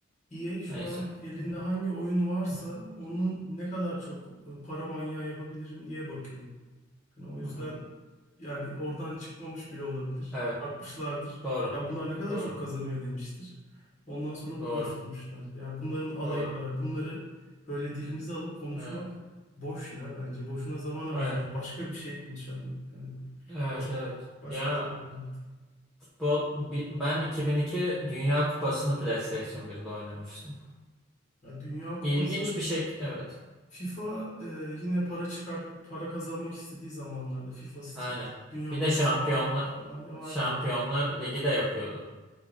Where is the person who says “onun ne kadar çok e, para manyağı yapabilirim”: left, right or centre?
Left